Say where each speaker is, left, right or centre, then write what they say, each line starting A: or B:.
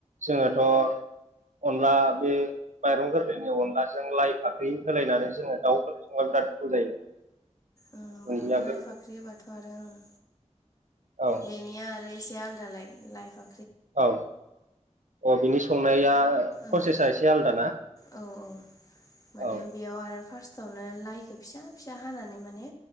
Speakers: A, on the right; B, on the left.
A: जोङोथ' अनला बे माइरं गोरलैनि अनलाजों लाइ फाख्रि होलायनानै जोङो दाउ खौ संबा बेराद गोथाव जायो।
B: ओं
A: दुन्दिया
B: बा आलाय
A: गोरलै
B: फाख्रि होबाथ' आरो ओं।
A: औ
B: बेनिया आरो इसे आलदालाय लाइफा
A: औ अ बिनि संनाया
B: ओं
A: प्रसेसा एसे आलदा ना?
B: औ औ। माने
A: औ
B: बेयाव आरो फार्स्टआवनो लाइखौ फिसा फिसा हानानै माने